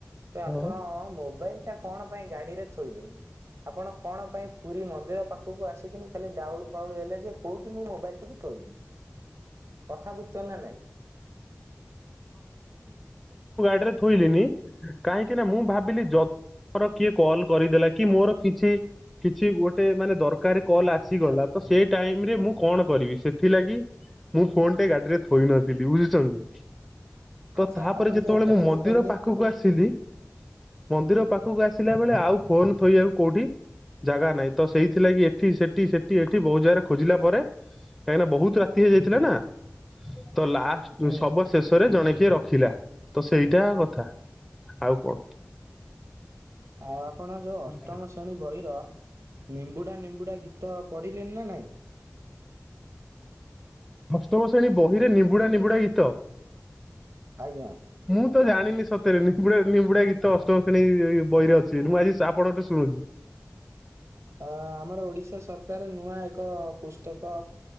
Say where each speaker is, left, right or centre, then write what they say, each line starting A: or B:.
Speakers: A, on the right; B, in the centre.
A: ତ
B: ହଁ।
A: ଆପଣ ମୋବାଇଲ ଟା କଣ ପାଇଁ ଗାଡି ରେ ଥୋଇଲେନି। ଆପଣ କଣ ପାଇଁ ପୁରୀ ମନ୍ଦିର ପାଖକୁ ଆସିକିନି ଖାଲି ଡାଉଳ ପାଉଳୁ ହେଲେ ଯେ କୋଉଠି ମୁଁ ମୋବାଇଲଟିିକି ଥୋଇବି। କଥା ବୁଝଚନ୍ତି ନା ନାଇଁ?
B: ରେ ଥୋଇଲିିନି କାହିଁକି ନା ମୁଁ ଭାବିଲି ଯଦ୍ ମୋର କିଏ କଲ କରିଦେଲା କି ମୋର କିଛି କିଛି ଗୋଟେ ମାନେ ଦରକାରେ କଲ ଆସିଗଲା। ତ ସେଇ ଟାଇମରେ ମୁଁ କଣ କରିବି ସେଥିଲାଗି ମୁଁ ଫୋନ ଟା ଗାଡିରେ ଥୋଇ ନଥିଲି ବୁଝୁଚନ୍ତି?
A: ଆଚ୍ଛା
B: ତ ତା
A: ଆପଣ
B: ପରେ ଯେତେବେଳେ
A: ତ ଏତେ
B: ମୁଁ
A: କଥା
B: ମନ୍ଦିର
A: କହିଲେ
B: ପାଖକୁ ଆସିଲି ମନ୍ଦିର ପାଖକୁ ଆସିଲା ବେଳେ ଆଉ ଫୋନ ଥୋଇଆକୁ କୋଉଠି ଜାଗା ନାଇଁ ତ ସେଇଥି ଲାଗି ଏଠି ସେଠି ସେଠି ଏଠି ବୋହୁତ୍ ଜାଗାରେ ଖୋଜିଲା ପରେ କାହିଁକିନା ବହୁତ ରାତି ହେଇଯାଇଥିଲା ନା ତ ଲାଷ୍ଟ
A: ହୁଁ
B: ସବ ଶେଷରେ ଜଣେ କିଏ ରଖିଲା ତ ସେଇଟା କଥା। ଆଉ କଣ?
A: ଆଉ ଆପଣ ଯୋଉ ଅଷ୍ଟମ
B: ବୁଝିଲେ
A: ଶ୍ରେଣୀ ବହିର ନିମ୍ବୁଡା ନିମ୍ବୁଡା ଗୀତ ପଢିଲେନ ନା ନାଇଁ?
B: ଅଷ୍ଟମ ଶ୍ରେଣୀ ବହିରେ ନିମ୍ବୁଡା ନିମ୍ବୁଡା ଗୀତ?
A: ଆଜ୍ଞା।
B: ମୁଁ ତ ଜାଣିନି ସତରେ ନିମ୍ବୁଡା ନିମ୍ବୁଡା ଗୀତ ଅଷ୍ଟମ ଶ୍ରେଣୀ ବହିରେ ଅଛି ବେଲି ମୁଁ ଆଜି ଆପଣଙ୍କ ଠୁ ଶୁଣୁଚି।
A: ହଁ ଆମର ଓଡିଶା ସରକାର ନୂଆ ଏକ ପୁସ୍ତକ